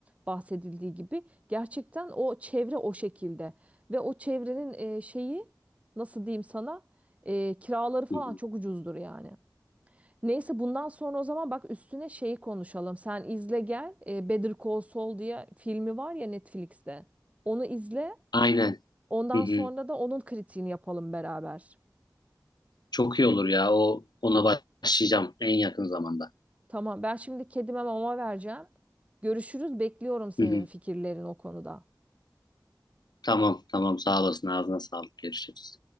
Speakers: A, on the right; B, on the left.
A: bahsedildiği gibi. Gerçekten o çevre o şekilde ve o çevrenin e, şeyi nasıl diyeyim sana e, kiraları falan
B: Hı hı.
A: çok ucuzdur yani. Neyse bundan sonra o zaman bak üstüne şeyi konuşalım. Sen izle gel. E, Better Call Saul diye filmi var ya Netflix'te. Onu izle.
B: Aynen.
A: Ondan
B: Hı hı.
A: sonra da onun kritiğini yapalım beraber.
B: Çok iyi olur ya. O ona başlayacağım en yakın zamanda.
A: Tamam, ben şimdi kedime mama vereceğim. Görüşürüz, bekliyorum senin
B: Hı hı.
A: fikirlerin o konuda.
B: Tamam, tamam. Sağ olasın. Ağzına sağlık. Görüşürüz.